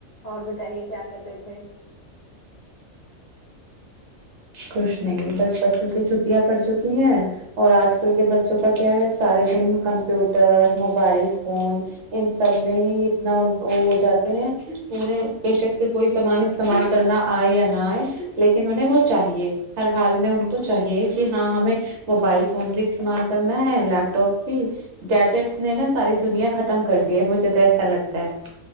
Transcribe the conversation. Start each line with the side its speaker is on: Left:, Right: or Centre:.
Left: اور بتائیے کیا کہتے تھے
Right: کچھ نہیں بس بچوں کی چھٹیاں پڑ چکی ہیں اور آج کل کے بچوں کا کیا ہے سارے دن کمپیوٹر موبائل فون ان سب میں ہی اتنا وہ ہو جاتے ہیں انہیں بے شک سے کوئی سامان استعمال کرنا آئے یا نہ آئے لیکن انہیں وہ چاہیے ہر حال میں ان کو چاہیے کہ ہاں ہمیں موبائل فون بھی استعمال کرنا ہے لیپ ٹاپ بھی گیجٹس نے نا ساری دنیا خ ختم کر دیاجے تو ایسا لتا ہے ت